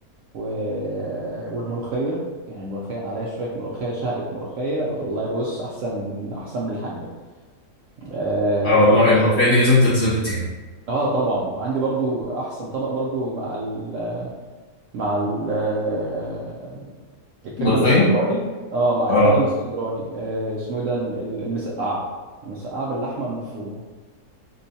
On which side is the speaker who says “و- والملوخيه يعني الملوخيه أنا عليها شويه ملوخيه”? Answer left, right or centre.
Right